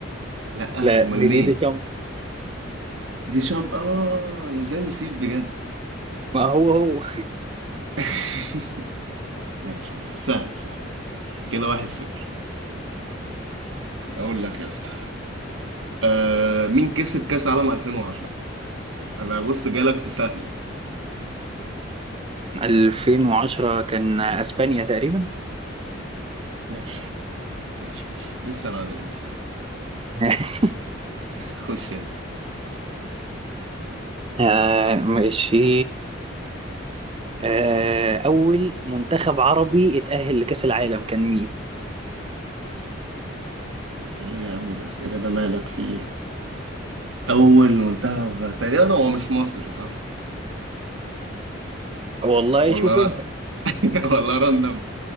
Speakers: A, on the right; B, on the right.
A: لا
B: لا
A: امال
B: ديدي
A: مين
B: ديشامب
A: دي شامب اه انا ازاي نسيب بجد
B: ما هو هو
A: <laughs> ماشي ماشي سهلة سهلة كده واحد صفر اقول لك يا اسطى آه مين كسب كاس عالم 2010 انا بص جالك في سهل
B: 2010 كان اسبانيا تقريبا
A: ماشي ماشي ماشي لسه بدري لسه بدري
B: <laughs>
A: خش انت
B: آه ماشي آه أول منتخب عربي اتأهل لكأس العالم كان مين؟
A: انت ايه يا عم الاسئله ده مالك في ايه اول منتخب تقريبا هو مش مصر صح
B: والله
A: ولا
B: شوف أنت
A: ر... <laughs> ولا راندم